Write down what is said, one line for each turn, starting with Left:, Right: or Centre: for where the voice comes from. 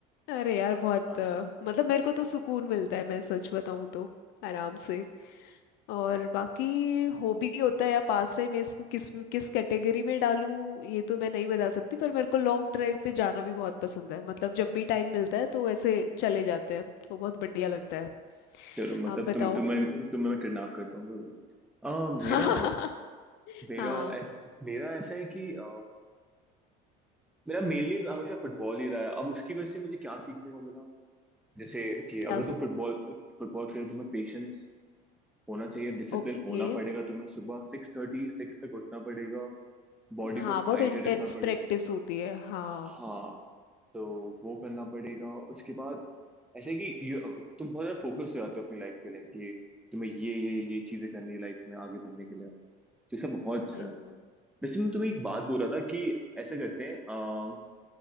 Left: अरे यार
Centre: <laughs>
Left: बहुत
Centre: हाँ,
Left: अ, मतलब मेरे को तो सुकून मिलता है मैं सच बताऊं तो आराम से और बाकी हॉबी होता है या पास टाइम मैं इसको किस किस कैटेगरी में डालूं ये तो मैं नहीं बता सकती पर मेरे को लॉन्ग ड्राइव पे जाना भी बहुत पसंद है मतलब जब भी टाइम मिलता है तो ऐसे चले जाते हैं तो बहुत बढ़िया लगता है
Centre: चलो मतलब
Left: आप बताओ
Centre: तुम तुम्हें तुम्हें मैं किडनैप करता हूँ कभी। आ, मेरा
Left: <laughs>
Centre: मेरा
Left: हाँ
Centre: ऐस, मेरा ऐसा है कि अ, मेरा मेनली हमेशा फुटबॉल ही रहा है अब उसकी वजह से मुझे क्या सीखने को मिला जैसे कि
Left: क्या
Centre: अगर तुम फुटबॉल फुटबॉल खेलो तुम्हें पेशेंस होना चाहिए डिसिप्लिन
Left: ओके
Centre: होना पड़ेगा तुम्हें सुबह सिक्स थर्टी सिक्स तक उठना पड़ेगा बॉडी
Left: हाँ
Centre: को
Left: बहुत
Centre: हाइड्रेट
Left: इंटेंस
Centre: रखना पड़ेगा
Left: प्रैक्टिस होती है हाँ
Centre: हाँ तो वो करना पड़ेगा उसके बाद ऐसे कि you- तुम बहुत ज्यादा फोकस हो जाते हो अपनी लाइफ के लिए कि तुम्हें ये ये ये चीजें करनी है लाइफ में आगे बढ़ने के लिए तो ये सब बहुत अच्छा
Left: हम्म,
Centre: है वैसे मैं तुम्हें एक बात बोल रहा था कि ऐसा करते हैं अम,